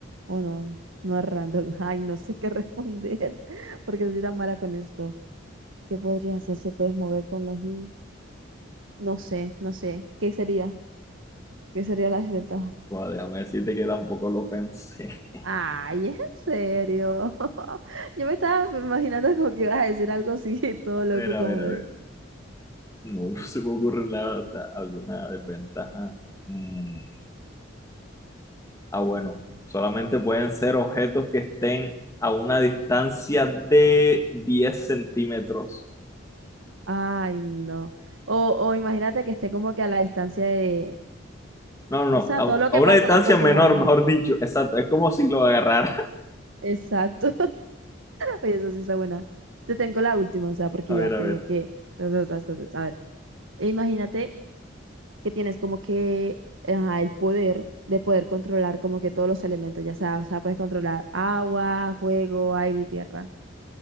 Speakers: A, on the right; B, on the left.
A: o no, no es random. <laughs> Ay, no sé qué responder <laughs> porque soy tan mala con esto. ¿Qué podría hacer si puedes mover con los... l- No sé, no sé. ¿Qué sería? ¿Qué sería la desventaja?
B: Joder, déjame decirte que tampoco lo pensé. <laughs>
A: Ay, ¿en serio? <laughs> Yo me estaba imaginando como que ibas a decir algo así, <laughs> todo loco
B: A ver, a
A: como
B: ver, a
A: lo
B: ver.
A: dices.
B: No <laughs> se me ocurre nada, o sea, alguna desventaja. Mm, Ah, bueno. Solamente pueden ser objetos que estén a una distancia de 10 centímetros.
A: Ay, no. O, o imagínate que esté como que a la distancia de...
B: No, no, no,
A: O sea,
B: a,
A: todo lo
B: a
A: que
B: una
A: puedas
B: distancia
A: tocar con
B: menor,
A: tu mano.
B: mejor dicho. Exacto, es como si lo agarrara.
A: Exacto. Oye, eso sí está buena. Te tengo la última, o sea,
B: <laughs>
A: porque
B: A ver,
A: ya tengo
B: a ver.
A: que hacer otras cosas. A ver, e imagínate que tienes como que ajá, el poder de poder controlar como que todos los elementos, ya sea, o sea, puedes controlar agua, fuego, aire y tierra.